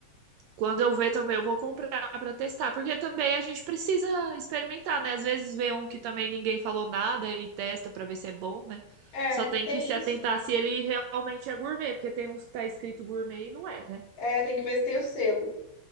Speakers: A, on the right; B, on the left.
A: quando eu ver também, eu vou comprar pra testar, porque também a gente precisa experimentar, né? Às vezes vê um que também ninguém falou nada e testa pra ver se é bom, né?
B: É,
A: Só tem
B: tem
A: que se atentar
B: isso.
A: se ele realmente é gourmet, porque tem uns que tá escrito gourmet e não é, né?
B: É, tem que ver se tem o selo.